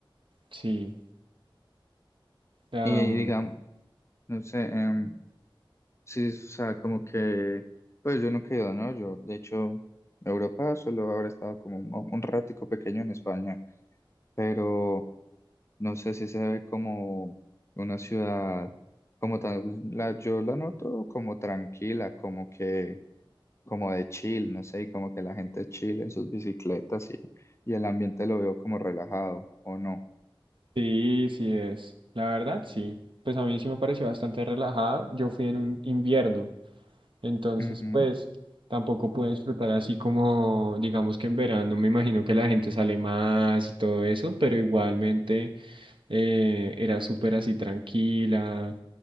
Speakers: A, on the right (about 70°); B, on the left (about 30°).
A: sí. am,
B: Y digamos, no sé, em, sí, o sea, como que, pues yo nunca he ido, ¿no? Yo, de hecho, a Europa solo habré estado como un, un ratico pequeño en España, pero no sé si se ve como una ciudad, como tal, la, yo la noto como tranquila, como que como de chill, no sé, y como que la gente chill en sus bicicletas y, y el ambiente lo veo como relajado, ¿o no?
A: sí, sí es. La verdad, sí. Pues a mí sí me pareció bastante relajada. Yo fui en un invierno. Entonces,
B: Ujú,
A: pues tampoco puedo disfrutar así como, digamos que en verano me imagino que la gente sale más y todo eso, pero igualmente eh, era súper así tranquila